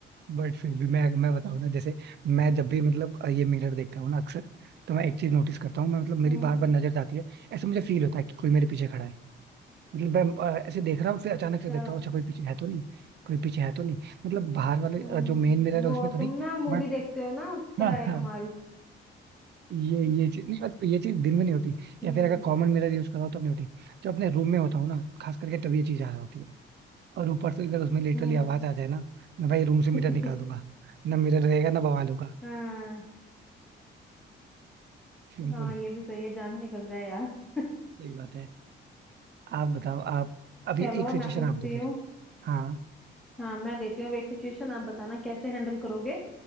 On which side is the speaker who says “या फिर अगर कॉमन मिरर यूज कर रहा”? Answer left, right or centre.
Right